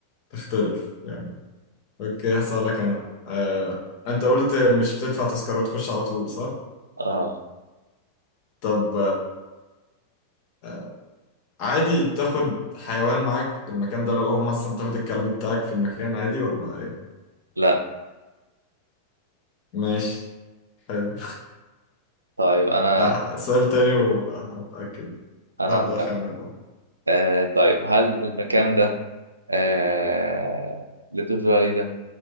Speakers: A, on the left (about 45°); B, on the right (about 80°).
A: تختلف يعني أوكي هسألك أنا آه، أنت قلت مش بتدفع تذكرة وتخش على طول صح؟
B: آه
A: طب آه، عادي تاخد حيوان معاك في المكان ده لو هو مثلا تاخد الكلب بتاعك في المكان عادي ولا إيه؟
B: لا
A: ماشي حلو
B: طيب أنا
A: <laughs> آه، سؤال تاني وهتأكد
B: أنا
A: هبدأ
B: هسألك.
A: أخمن بقى
B: آه طيب هل المكان ده آه اللي أنت بتقول عليه ده